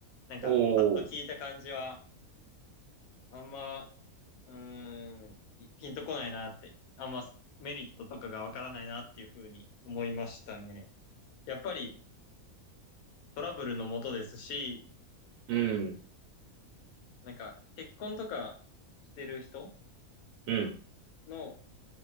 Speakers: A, on the left; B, on the right.
A: なんか、
B: おおー、
A: パッと聞いた感じは、あんま、うーん、ピンとこないなって、あんまメリットとかがわからないなっていうふうに思いましたね。やっぱりトラブルのもとですし、
B: うん、
A: なんか、結婚とかしてる人
B: うん、
A: の、